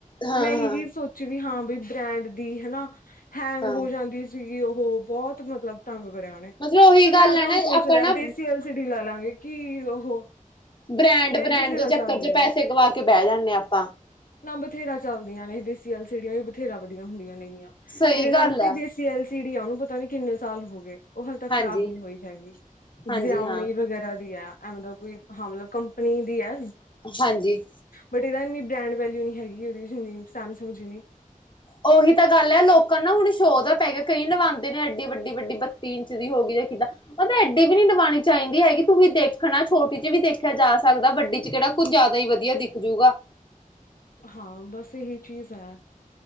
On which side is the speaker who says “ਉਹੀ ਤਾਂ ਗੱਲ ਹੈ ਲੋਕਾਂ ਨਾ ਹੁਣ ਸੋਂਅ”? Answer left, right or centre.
Left